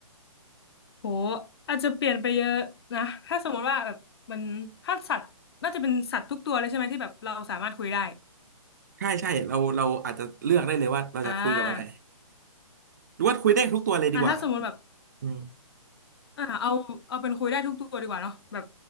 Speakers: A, on the left; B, on the right.
A: โหอาจจะเปลี่ยนไปเยอะนะถ้าสมมติว่าแบบมันถ้าสัตว์น่าจะเป็นสัตว์ทุกตัวเลยใช่ไหมที่แบบเราสามารถคุยได้
B: ใช่ใช่เราเราอาจจะเลือกได้เลยว่าเราจะคุยกับอะไร
A: อ่า
B: หรือว่าคุยได้ทุกตัวเลยดีกว่า
A: อ่าถ้าสมมุติแบบ
B: อืม
A: อ่าเอาเอาเป็นคุยได้ทุกตัวดีกว่าเนาะแบบ